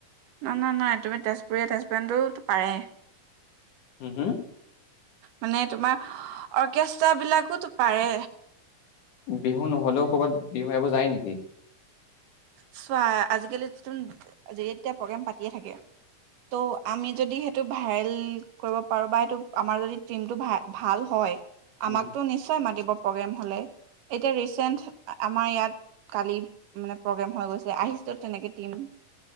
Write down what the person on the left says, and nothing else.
হম হম
বিহু নহলেও কৰ'বাত বিহু মাৰিব যায় নেকি
উম,